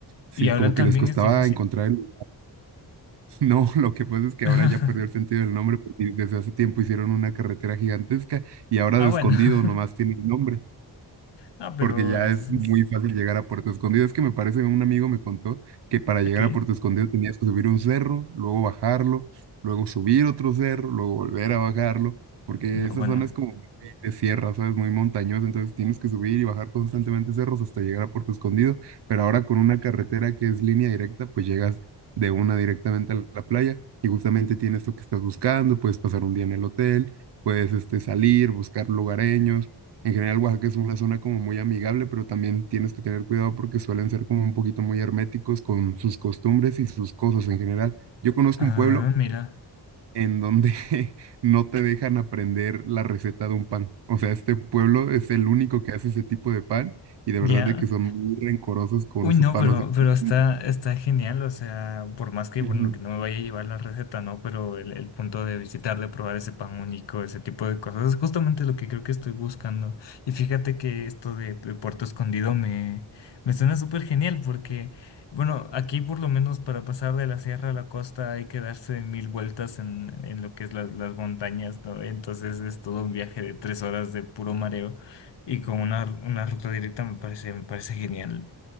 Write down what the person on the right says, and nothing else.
Sí,
como que
les costaba
encontrar el... <laughs> No, lo que pasa es que
ahora ya perdió el sentido del nombre porque desde hace tiempo hicieron una carretera gigantesca y ahora
de
Escondido
nomás tiene el nombre
porque ya
es
muy fácil llegar a Puerto Escondido. Es que me parece, un amigo me contó que para llegar
a Puerto Escondido tenías que subir un cerro, luego bajarlo, luego subir otro cerro, luego volver a bajarlo, porque
esa
zona es como muy de sierra, ¿sabes? Muy montañosa, entonces tienes que subir y bajar constantemente cerros hasta llegar a Puerto Escondido, pero ahora con una carretera que es línea directa, pues llegas de una directamente a la playa y justamente tienes lo que estás buscando, puedes pasar un día en el hotel, puedes este, salir, buscar lugareños en general, Oaxaca es una zona como muy amigable, pero también tienes que tener cuidado porque suelen ser como un poquito muy herméticos con sus costumbres y sus cosas en general. Yo conozco
un pueblo
en donde <laughs> no te dejan aprender la receta de un pan. O sea, este pueblo es el único que hace ese tipo de pan y de
verdad de que son muy rencorosos con
su
pan.
O sea,
<laughs>
ujú,